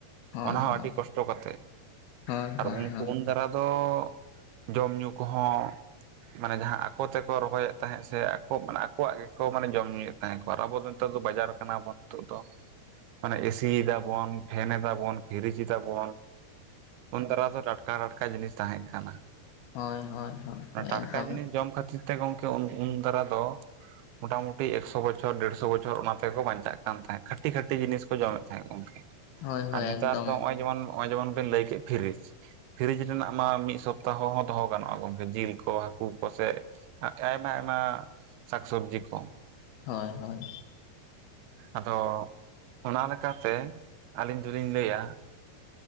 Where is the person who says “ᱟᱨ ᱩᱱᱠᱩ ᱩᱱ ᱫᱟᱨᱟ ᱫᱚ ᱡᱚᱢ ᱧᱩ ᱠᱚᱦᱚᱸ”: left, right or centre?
Right